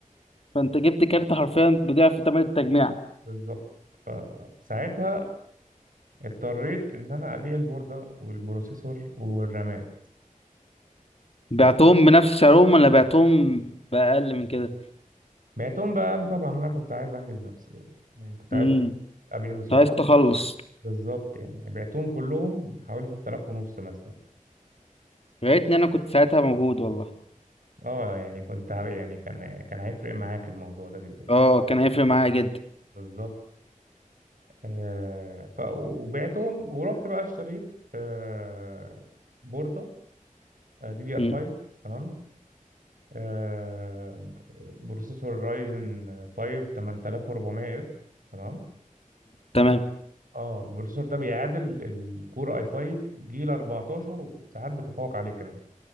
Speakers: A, on the left; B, on the right.
A: فانت جبت كارت حرفيا بضعف ثمن التجميع
B: بالظبط فساعتها اضطريت ان انا ابيع البورده والبروسيسور والرامات
A: بعتهم بنفس سعرهم ولا بعتهم بأقل من كده
B: بعتهم بقى لي طبعا انا كنت عايز انجز نفسي يعني يعني كنت عايز
A: امم
B: ابيع بسرعه
A: انت عايز تخلص
B: بالظبط يعني بعتهم كلهم حوالي 6000 ونص مثلا
A: يا ريتني انا كنت ساعتها موجود والله
B: اه يعني كنت هب- يعني كان كان هيفرق معاك الموضوع ده جدا يعني
A: اه كان هيفرق معايا جدا
B: بالظبط آه ف وبعتهم ورحت بقى اشتريت آه بوردة دي دي ار
A: مم.
B: 5 تمام آه ب- بروسيسور رايزن 5 8400 اف تمام
A: تمام
B: اه البروسيسور ده بيعادل الكور اي 5 جيل 14 وساعات بيتفوق عليه كمان